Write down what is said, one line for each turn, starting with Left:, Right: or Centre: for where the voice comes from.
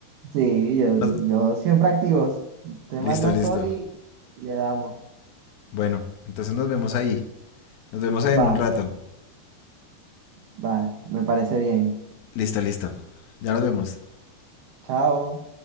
Right: Sí, yo,
Left: Nos-
Right: yo siempre activos. Te
Left: Listo,
Right: manda
Left: listo.
Right: Sol y y le damos.
Left: Bueno, entonces nos vemos ahí. Nos vemos ahí en
Right: Va,
Left: un rato.
Right: va, me parece bien.
Left: Listo, listo. Ya nos vemos.
Right: Chao.